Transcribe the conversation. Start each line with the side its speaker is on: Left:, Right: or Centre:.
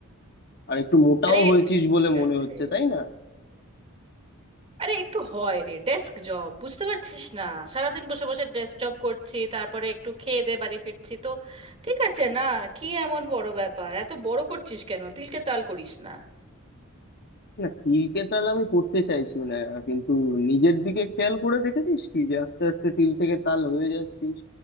Left: আর একটু মোটাও
Right: আরে
Left: হয়েছিস
Right: ঠিক
Left: বলে মনে
Right: আছে
Left: হচ্ছে তাই না
Right: আরে একটু হয় রে ডেস্ক জব বুঝতে পারছিস না সারাদিন বসে বসে ডেস্ক জব করছি তারপরে একটু খেয়ে দে বাড়ি ফিরছি তো ঠিক আছে না কি এমন বড় ব্যাপার এত বড় করছিস কেন তিলকে তাল করিস না
Left: না তিলকে তাল আমি করতে চাইছি না কিন্তু নিজের দিকে খেয়াল করে দেখেছিস কি যে আস্তে আস্তে তিল থেকে তাল হয়ে যাচ্ছিস